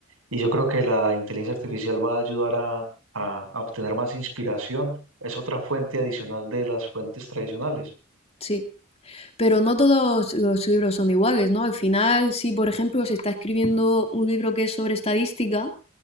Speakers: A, on the right; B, on the left.
A: y yo creo que la inteligencia artificial va a ayudar a, a- a obtener más inspiración. Es otra fuente adicional de las fuentes tradicionales.
B: Sí, pero no todos los libros son iguales, ¿no? Al final, si por ejemplo se está escribiendo un libro que es sobre estadística,